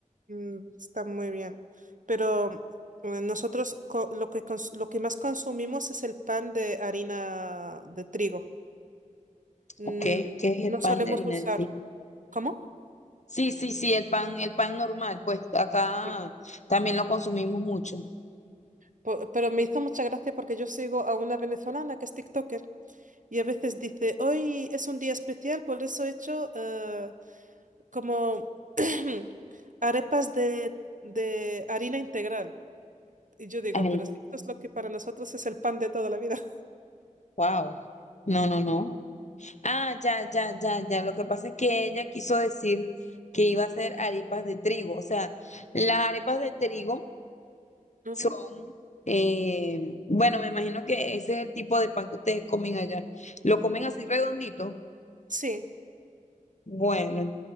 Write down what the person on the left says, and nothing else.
Ok, ok, el
pan
de harina
de trigo.
Sí, sí, sí, el pan, el pan normal, pues acá
también lo consumimos mucho.
Ay,
wow. No, no, no. Ah, ya, ya, ya, ya. Lo que pasa es que ella quiso decir que iba a hacer arepas de trigo. O sea, las arepas de trigo
son, eh, bueno, me imagino que ese es el tipo de pan que ustedes comen allá. ¿Lo comen así redondito?
Bueno,